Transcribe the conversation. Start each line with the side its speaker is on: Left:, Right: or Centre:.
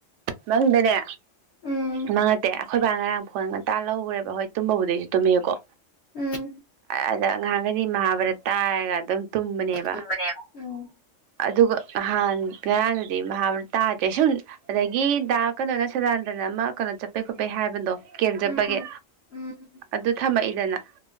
Right: ꯃꯪꯗꯅꯦ꯫
Left: ꯎꯝ
Right: ꯃꯡ ꯅꯠꯇꯦ ꯑꯩꯈꯣꯏ ꯕꯥ ꯉꯔꯥꯡ꯫ <unintelligible> ꯇꯥꯜꯍꯧꯔꯦꯕ ꯍꯣꯏ ꯇꯕꯕꯨꯗꯩꯁꯨ <unintelligible> ꯇꯨꯝꯕꯤꯌꯨꯀꯣ꯫
Left: ꯎꯝ
Right: ꯑꯗ ꯉꯍꯥꯟꯒꯩꯗꯤ ꯃꯍꯥꯚꯥꯔꯠ꯫ ꯇꯥꯏꯔꯒ ꯑꯗꯨꯝ꯫ ꯇꯨꯝꯕꯅꯦꯕ꯫
Left: ꯎꯕꯅꯦꯕ ꯎꯝ
Right: ꯑꯗꯨ ꯑꯗꯨꯒ ꯅꯍꯥꯟ ꯉꯔꯥꯡꯗꯗꯤ ꯃꯍꯥꯛ ꯇꯥꯗ꯭ꯔꯦ ꯁꯨꯝ ꯑꯗꯒꯤ ꯗ ꯀꯩꯅꯣꯅ ꯁꯗꯥꯟꯗꯅ ꯑꯃ ꯀꯩꯅꯣ ꯆꯠꯄꯩ ꯈꯣꯠꯄꯩ ꯍꯥꯏꯕꯗꯣ ꯀꯦꯝ ꯆꯠꯄꯒꯤ
Left: ꯎꯝ ꯎꯝ
Right: ꯑꯗꯨ ꯊꯝꯃꯛꯏ꯫ ꯗꯅ꯫